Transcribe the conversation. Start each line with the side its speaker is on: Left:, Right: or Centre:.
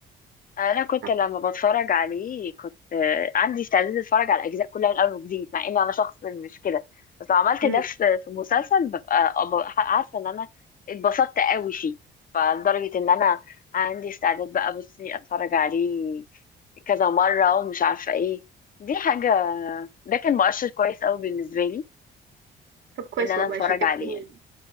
Left: انا كنت
Right: آه.
Left: لما بتفرج عليه كنت آه، عندي استعداد اتفرج على الاجزاء كلها من اول وجديد مع ان انا شخص مش كده بس لو عملت
Right: مم.
Left: ده في في مسلسل ببقى أبقى عارفه ان انا اتبسطت قوي فيه فلدرجه ان انا عندي استعداد بقى بصي اتفرج عليه كذا مره ومش عارفه ايه دي حاجه ده كان مؤشر كويس قوي بالنسبه لي
Right: طب كويس
Left: ان انا
Right: والله
Left: اتفرج
Right: شجعتني
Left: عليه يعني